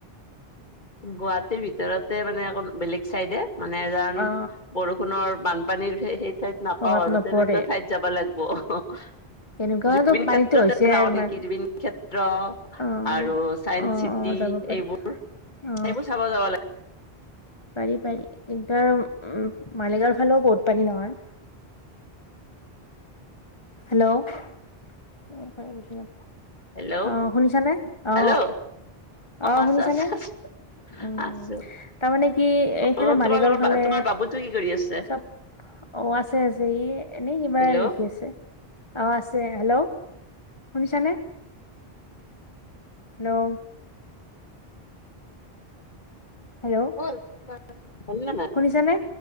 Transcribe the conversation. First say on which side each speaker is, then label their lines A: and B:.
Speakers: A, on the left; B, on the left.
A: গুৱাহাটীৰ ভিতৰতে মানে, অকন বেলেগ চাইডে মানে
B: অ
A: বৰষুণৰ বান পানীৰ সেই ঠাইত নাপাও
B: প্ৰভাৱ
A: আৰু
B: নপৰে
A: তেনেকুৱা ঠাইত যাব লাগিব।
B: তেনেকুৱাতো
A: জুবিন
B: পানীতো
A: ক্ষেত্ৰতে
B: হৈছে
A: যাওঁ
B: মা-
A: নেকি জুবিন ক্ষেত্ৰ।
B: অ
A: আৰু চাইন্স
B: অ
A: চিটি
B: অ যাব পাৰি
A: এইবোৰ,
B: অ
A: সেইবোৰ চাব যাব লাগে।
B: পাৰি পাৰি ইণ্টাৰ উম মালিগাঁওৰ ফালেও বহুত পানী নহয়। হেল্ল' <unintelligible>
A: হেল্ল'
B: অ শুনিছানে অ
A: হেল্ল'
B: অ
A: আছো
B: শুনিছানে।
A: আছো আছো
B: উম
A: আছো
B: তাৰমানে কি এইফালে
A: অ
B: মালিগাঁওৰ
A: তোমাৰ লগৰ
B: ফালে
A: তোমাৰ বাবুতো কি কৰি আছে
B: চব অ আছে আছে ই এনেই কিবা
A: হেল্ল'
B: লিখি আছে। অ আছে হেল্ল' শুনিছানে। হেল্ল' হেল্ল'
A: <unintelligible> হলনে নাই
B: শুনিছানে